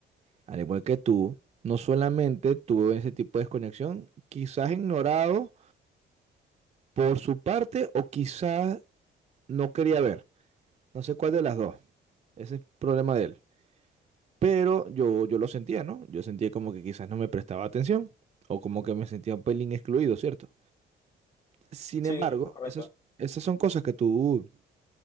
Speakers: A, on the right (about 35°); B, on the left (about 40°).
A: Al igual que tú, no solamente tuvo ese tipo de desconexión, quizás ignorado por su parte o quizás no quería ver. No sé cuál de las dos. Ese es problema de él. Pero yo, yo lo sentía, ¿no? Yo sentía como que quizás no me prestaba atención o como que me sentía un pelín excluido, ¿cierto? Sin
B: sí,
A: embargo,
B: es correcto.
A: esas, esas son cosas que tú,